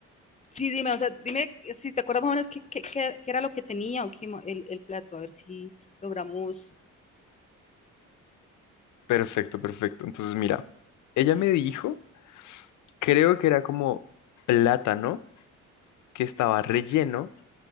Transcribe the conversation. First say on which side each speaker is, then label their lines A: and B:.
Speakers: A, on the left; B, on the left.
A: Sí, dime, o sea, dime si te acuerdas más o menos qué, qué- qué- era lo que tenía o qué el, el plato, a ver si logramos.
B: Perfecto, perfecto. Entonces, mira, ella me dijo, creo que era como plátano que estaba relleno